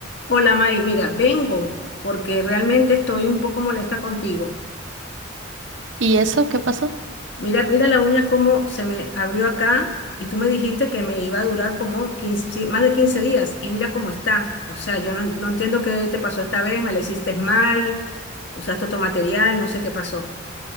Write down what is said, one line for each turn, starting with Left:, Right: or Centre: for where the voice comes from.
Left: Hola May, mira, vengo porque realmente estoy un poco molesta contigo.
Right: ¿Y eso qué pasó?
Left: Mira, mira la uña como se me abrió acá y tú me dijiste que me iba a durar como 15, sí, más de 15 días y mira cómo está. O sea, yo no, en- no entiendo qué te pasó esta vez, me la hiciste mal, usaste otro material, no sé qué pasó.